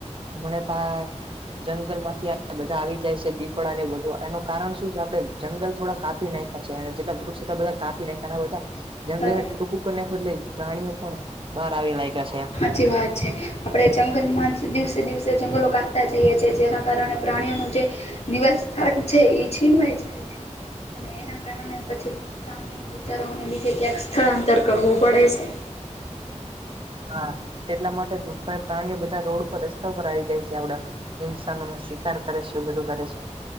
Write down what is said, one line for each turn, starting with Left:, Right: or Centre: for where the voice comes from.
Right: મને પા જંગલમાંથી બધા આવી જાય છે દીપડા બધું એનું કારણ શું છે આપડે જંગલ થોડાક કાપ પિ ના છે જેટલા વૃક્ષ હતા બધા જંગલને
Left: છે.
Right: ટૂંકું કરી નાખુ એટલે પ્રાણીઓ પણ બહાર આવી લાગ્યા છે.
Left: સાચી વાત છે, આપણે જંગલમાં જ દિવસે દિવસે જંગલો કાપતા જઈએ છિએ જેના કારણે પ્રાણીઓનું જે નિવાસ સ્થાન છે, એ છીનવાય છે. <inaudible> <inaudible> એના કારણે પછી પ્રાણીઓના વિચારાને નીચે ક્યાંક સ્થળાંતર કરવું પડે છે.
Right: હા એટલા માટે પ્રાણીઓ બધા રોડ પર રસ્તા ઉપર આવી જાય છે આપડા ઇન્સાનોનો શિકાર કરે છે બધું કરે છે